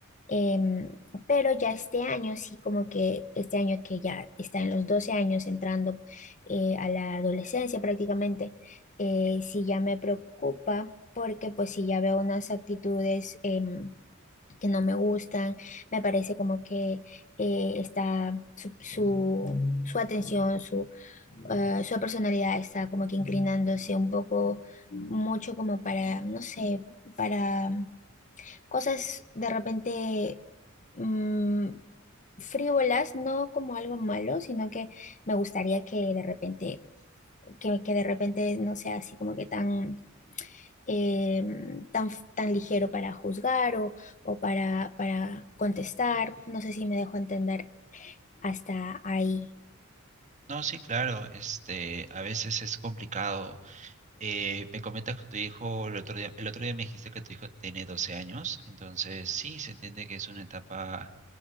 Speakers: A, on the left; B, on the right.
A: Em, pero ya este año, sí, como que este año que ya está en los 12 años, entrando eh, a la adolescencia prácticamente, eh, sí ya me preocupa porque pues sí ya veo unas actitudes. eh, que no me gustan, me parece como que eh, está su, su, su atención, su, ah, su personalidad está como que inclinándose un poco, mucho como para, no sé, para cosas de repente mm, frívolas, no como algo malo, sino que me gustaría que de repente, que, que de repente no sea así como que tan eh, tan, tan ligero para juzgar o, o para, para contestar. No sé si me dejo entender hasta ahí.
B: No, sí, claro, este, a veces es complicado. Eh, me comentas que tu hijo, el otro día, el otro día me dijiste que tu hijo tiene doce años, entonces sí, se entiende que es una etapa